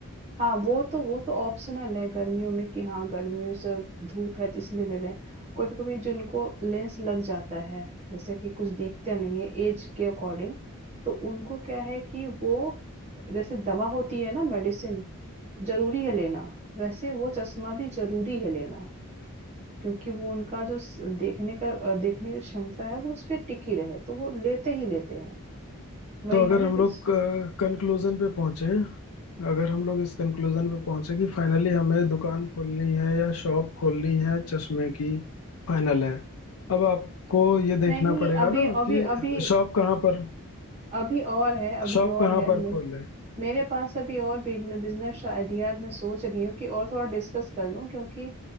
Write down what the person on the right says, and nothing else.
हाँ वो तो वो तो ऑप्शनल है गर्मियों में कि हाँ गर्मियों से धूप है तो इसलिए दे रहे हैं कभी कभी जिनको लेंस लग जाता है जैसे कि कुछ दिखते नहीं है एज के अकॉर्डिंग तो उनको क्या है कि वो जैसे दवा होती है ना मेडिसिन जरूरी है लेना वैसे वो चश्मा भी जरूरी है लेना क्योंकि वो उनका जो स- देखने का अ, देखने की क्षमता है वो उस पर टिकी रहे तो वो लेते ही लेते हैं वही
हमें
भी
नहीं
अभी
अभी
अभी
अभी और है अभी
और
है
मेरे
मेरे पास अभी और बिजनेस आइडियाज मैं सोच रही हूँ कि और थोड़ा डिस्कस कर लूँ क्योंकि